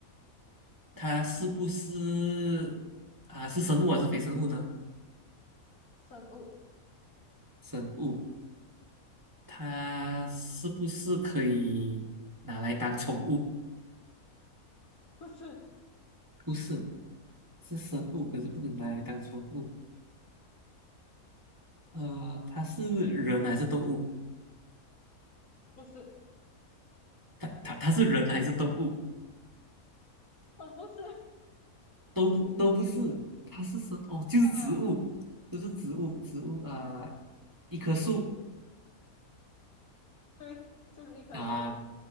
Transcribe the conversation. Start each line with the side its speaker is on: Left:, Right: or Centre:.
Right: 它是不是啊？是生物还是非生物呢？
Left: 生物，
Right: 生物，它是不是可以拿来当宠物？
Left: 不是，
Right: 不是，是生物，可是不能拿来当宠物。呃，它是人还是动物？
Left: 不是，
Right: 它它它是人还是动物？
Left: 我不是，
Right: 都不都不是，它是生哦，就是植物，
Left: 啊，
Right: 就是植物，植物啊、一棵树
Left: 对，就是一棵树。
Right: 啊